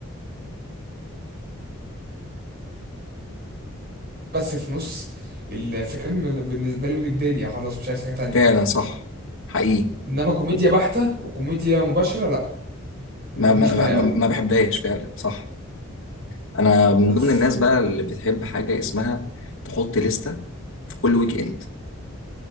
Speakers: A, on the right; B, on the left.
A: بس في نص الفيلم بالنسبه لي بالدنيا خلاص مش عايز حاجه تانية
B: فعلا صح حقيقي
A: انما كوميديا بحته وكوميديا مباشره لا ما
B: ما
A: بتجيش
B: ما
A: معايا
B: ما, ما
A: قوي
B: ما بحبهاش فعلا صح انا من
A: بس
B: ضمن الناس بقى اللي بتحب حاجه اسمها تحط لستة في كل ويك اند